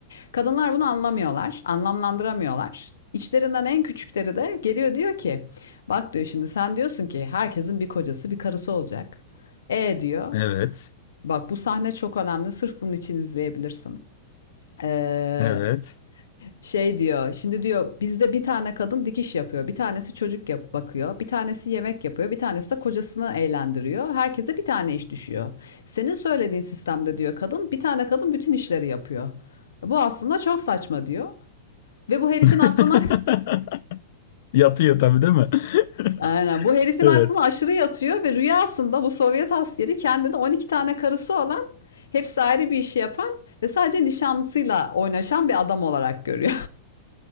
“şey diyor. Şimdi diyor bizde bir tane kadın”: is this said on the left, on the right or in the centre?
Left